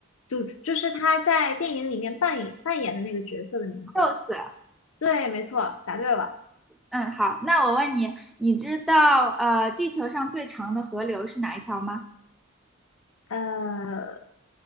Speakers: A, on the left (about 80°); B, in the centre.
A: 主就是他在电影里面扮演扮演的那个角色的名字。
B: ？Rose。
A: 对，没错，答对了。
B: 嗯，好，那我问你，你知道呃地球上最长的河流是哪一条吗？
A: 呃，